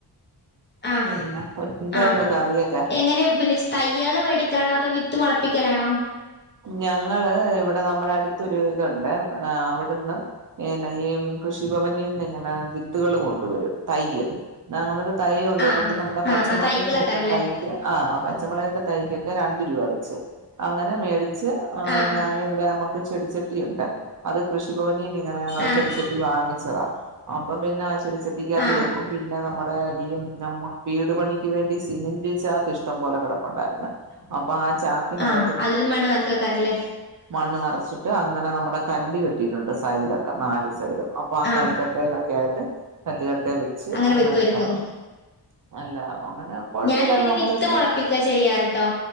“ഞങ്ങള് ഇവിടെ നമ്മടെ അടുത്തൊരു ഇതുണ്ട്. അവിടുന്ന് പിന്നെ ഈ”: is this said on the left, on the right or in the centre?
Right